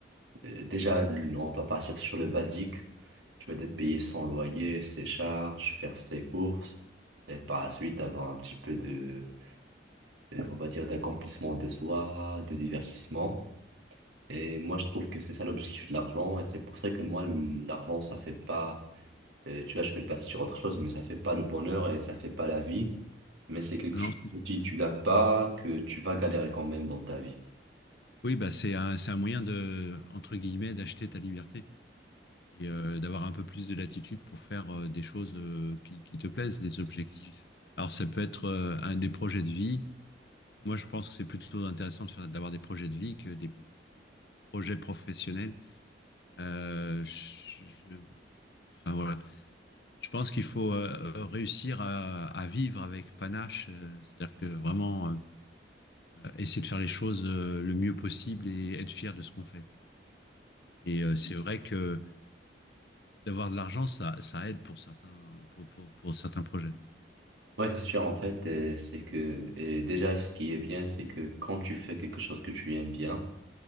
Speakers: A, on the right; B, on the left.
A: Euh, Déjà, l- on va partir sur le basique. Tu vas te payer son loyer, ses charges, faire ses courses, et par la suite avoir un petit peu de, euh, on va dire, d'accomplissement de soi, de divertissement. Et moi, je trouve que c'est ça l'objectif de l'argent, et c'est pour ça que moi, l- l'argent, ça fait pas, euh, tu vois, je fais pas sur autre chose, mais ça fait pas le bonheur et ça fait pas la vie. Mais c'est quelque chose
B: Non?
A: que si tu l'as pas, que tu vas galérer quand même dans ta vie.
B: Oui, bah c'est un, c'est un moyen de, entre guillemets, d'acheter ta liberté. et euh, d'avoir un peu plus de latitude pour faire euh, des choses euh, qui, qui te plaisent, des objectifs. Alors ça peut être euh, un des projets de vie. Moi, je pense que c'est plutôt intéressant de faire- d'avoir des projets de vie que des projets professionnels. Euh, je- je- enfin voilà, je pense qu'il faut euh, euh, réussir à, à vivre avec panache, euh, c'est-à-dire que vraiment euh, essayer de faire les choses euh, le mieux possible et être fier de ce qu'on fait. Et euh, c'est vrai que d'avoir de l'argent, ça, ça aide pour certains, pour, pour, pour certains projets.
A: Ouais, c'est sûr, en fait, euh, c'est que euh, déjà, ce qui est bien, c'est que quand tu fais quelque chose que tu aimes bien,